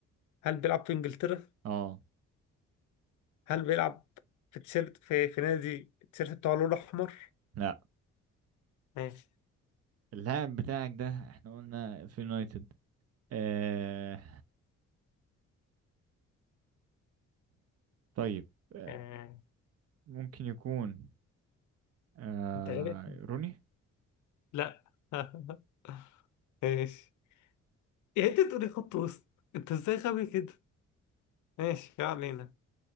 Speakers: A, on the left; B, on the right.
A: هل بيلعب في انجلترا
B: اه
A: هل بيلعب في تيشيرت في, في نادي التيشيرت بتاعه لونه احمر
B: لا
A: ماشي
B: اللاعب بتاعك ده احنا قلنا في يونايتد آه... طيب آه...
A: آه،
B: ممكن يكون آه
A: انت غبي
B: روني
A: لا <laughs> ماشي يعني انت تقولي خط وسط انت ازاي غبي كده ماشي ما علينا